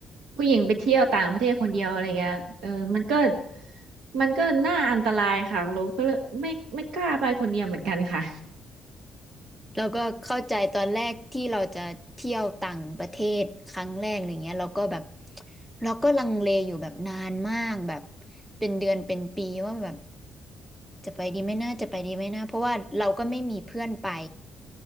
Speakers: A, on the right; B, in the centre.
A: ผู้หญิงไปเที่ยวต่างประเทศคนเดียวอะไรเงี้ยเออมันก็มันก็น่าอันตรายค่ะเราก็เลยไม่ไม่กล้าไปคนเดียวเหมือนกันค่ะ
B: แล้วก็เข้าใจตอนแรกที่เราจะเที่ยวต่างประเทศครั้งแรกอะไรเงี้ยเราก็แบบเราก็ลังเลอยู่แบบนานมากแบบเป็นเดือนเป็นปีว่าแบบจะไปดีไหมนะจะไปดีไหมนะเพราะว่าเราก็ไม่มีเพื่อนไป